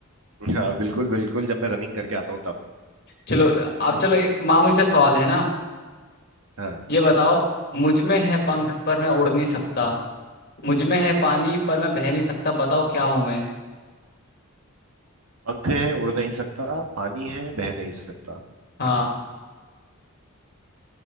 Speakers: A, on the right; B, on the left.
A: हाँ बिल्कुल बिल्कुल जब मैं रनिंग करके आता हूँ तब
B: चलो आप चलो एक मामूली सा सवाल है ना
A: हाँ
B: ये बताओ मुझ में है पंख पर मैं उड़ नहीं सकता मुझ में है पानी पर मैं बह नहीं सकता बताओ क्या हूं मैं
A: पंख है उड़ नहीं सकता पानी है बह नहीं सकता
B: हाँ